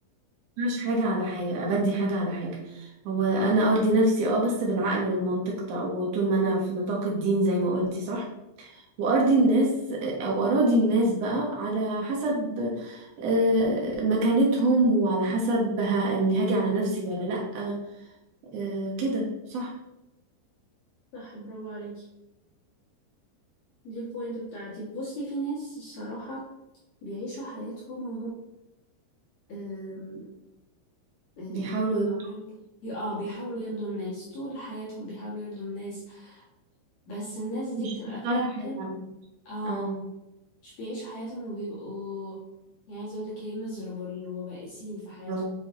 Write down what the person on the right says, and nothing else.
مش حاجه على حاجه ابدي حاجه على حاجه هو انا ارضي نفسي اه بس بالعقل والمنطق طيب، وطول ما انا في نطاق الدين زي ما قلتي صح وأرضي الناس أو أراضي الناس بقى على حسب آه، مكانتهم وعلى حسب ه- إني هاجي على نفسي ولا لأ آه، كده صح
بيحاولوا يت-
مش
يختاروا
حاجة
اه
بالظبط